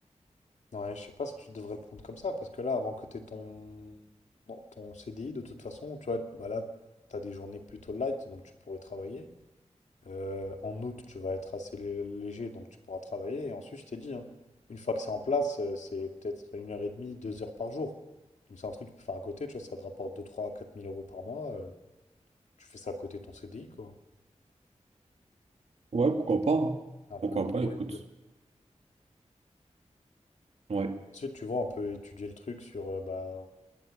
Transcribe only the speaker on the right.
Ouais, pourquoi pas. hein.
Pourquoi
pas, écoute. Ouais.